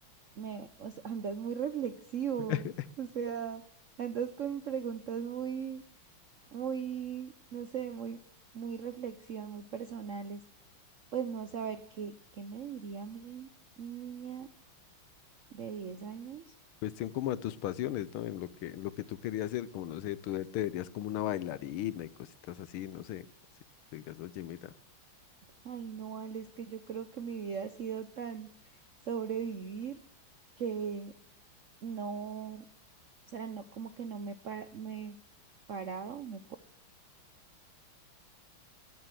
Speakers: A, on the right; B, on the left.
A: me, o sea, andas muy reflexivo,
B: <laughs>
A: o sea, andas con preguntas muy muy, no sé, muy, muy reflexivas, muy personales. Pues no sé, a ver, ¿qué, qué me diría mi, mi niña de 10 años?
B: cuestión como a tus pasiones, ¿no? En lo que, en lo que tú querías hacer, como no sé, tú de- te verías como una bailarina y cositas así, no sé, así, tú digas, oye, mira,
A: Ay, no, Ale, es que yo creo que mi vida ha sido tan sobrevivir que no, o sea, no, como que no me, pa- me he parado, me he